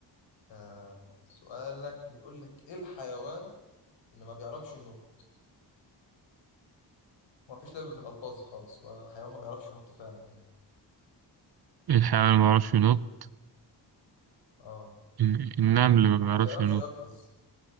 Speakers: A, on the left; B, on the right.
A: آه، سؤالك بيقول لك ايه الحيوان اللي ما بيعرفش ينط ما فيش لعب بالالفاظ خالص هو حيوان ما بيعرفش ينط فعلا يعني
B: ايه الحيوان اللي ما بيعرفش ينط
A: اه
B: الن- النمل اللي ما بيعرفش
A: ما بيعرفش
B: ينط
A: يقفز